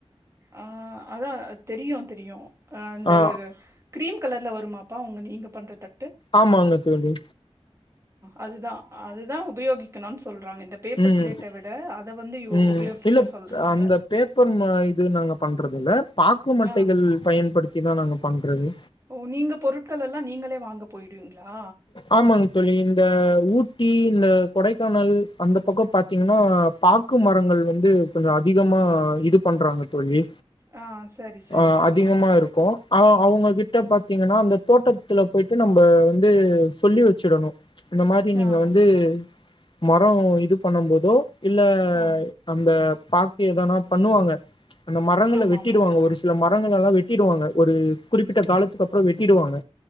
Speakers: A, on the right; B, on the left.
A: அ அதான் தெரியும் தெரியும் அ அந்த
B: ஆஹ்
A: கிரீன் கலரில் வருமாப்பா உங்கள் நீங்கள் பண்ணுறதா
B: ஆமாங்க துளி
A: அதுதான் அதுதான் உபயோகிக்கனும் சொ இந்த பேப்பர்
B: உம்
A: பிளேட்ட விட அத வந்து
B: ம்
A: உபயோகிக்க
B: இல்ல
A: சொல்றாங்க
B: அந்த பேப்பர் ம இது நாங்க பண்றது இல்ல பாக்கு மட்டகள்
A: ஆ
B: பயன்படுத்தி தான் நாக்கா பண்றது
A: ஓ நீங்க பொருட்கள் எல்லாம் நீங்களே வாங்க போயிடுவீங்களா
B: ஆமாங்க தொழி இந்தஊ இ இந்த கொடைக்கானல் அந்த பக்கம் பாத்தீங்கன்னா பாக்கு மரங்கள் வந்து கொஞ்சம் அதிகமா இது பண்றாங்க தோழி
A: ஆ சரி சரிங்கப்பா
B: அ அதிகமா இருக்கும் அ அவங்க கிட்ட பாத்தீங்கன்னா அந்த தோட்டத்துல போயிட்டு நம்ம வந்து சொல்லி வச்சிடணும் இந்த மாரி நீங்க
A: ஆ
B: வந்து மரம் இதுப் பண்ணும்போதோ இல்ல
A: ஆ
B: அந்த பாக்கு எதான பண்ணுவாங்க அந்த மரங்கள
A: ஆமா
B: வெட்டிடுவாங்க
A: ஆமா
B: ஒரு சில மரங்கள் எல்லாம் வெட்டி வெட்டிடுவாங்க ஒரு குறிப்பிட்ட காலத்துக்கு அப்பறம் வெட்டிடுவாங்க